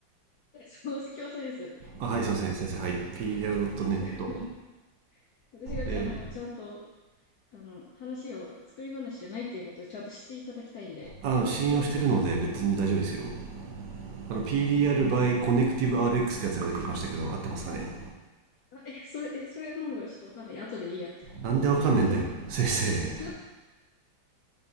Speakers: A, on the left; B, on the right.
A: <laughs> そう、強制です。
B: あはいすいません先生はい PDR.net
A: <laughs> 私がちゃ、
B: えー、
A: あの、ちゃんと、あの、話を作り話じゃないっていうことをちゃんと知っていただきたいんで。
B: あの信用してるので別に大丈夫ですよ
A: <laughs>
B: あの PDR by Connective RX ってやつが出てきましたけど合ってますかね
A: あえ、それ、え、それなのかちょっとわかんない。後でいいや。
B: なんでわかんねえんだよ先生へ
A: まあ、えっと、<laughs>